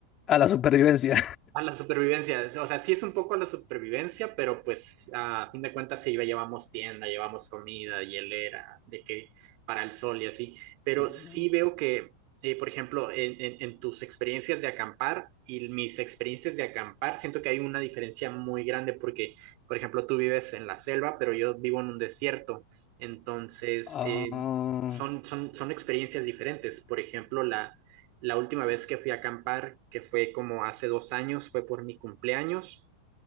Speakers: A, on the left; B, on the right.
A: A la supervivencia.
B: A la supervivencia, o sea, sí es un poco a la supervivencia, pero pues a fin de cuentas se iba, llevamos tienda, llevamos comida, hielera, de que para el sol y así, pero
A: <laughs>
B: sí veo que, eh, por ejemplo, en, en- en tus experiencias de acampar y mis experiencias de acampar, siento que hay una diferencia muy grande porque, por ejemplo, tú vives en la selva, pero yo vivo en un desierto, entonces
A: Ah,
B: eh, son, son, son experiencias diferentes, por ejemplo, la la última vez que fui a acampar, que fue como hace dos años, fue por mi cumpleaños